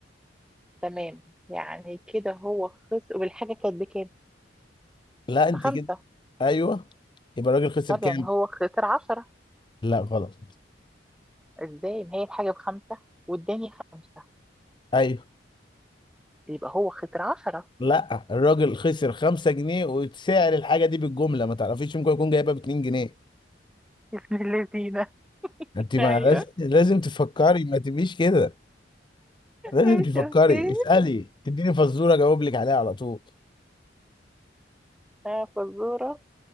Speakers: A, in the centre; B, on the left.
A: تمام يعني كده هو خسر والحاجه كانت بكام
B: لا انت
A: بخمسه
B: كده ايوه يبقى الراجل خسر
A: طب
B: كام
A: يعني هو خسر 10
B: لا غلط
A: ازاي ما هي الحاجة بخمسة واداني خمسة
B: ايوه
A: يبقى هو خسر عشرة
B: لا الراجل خسر 5 جنيه وسعر الحاجه دي بالجمله ما تعرفيش ممكن يكون جايبها ب 2 جنيه
A: بسم اللذينة <laughs>
B: انت ما
A: ايوه
B: <laughs> لازم لازم تفكري ما تبقيش كده لازم
A: ماشي
B: تفكري
A: اوكي
B: اسالي تديني فزوره اجاوب لك عليها على طول
A: آه، فزورة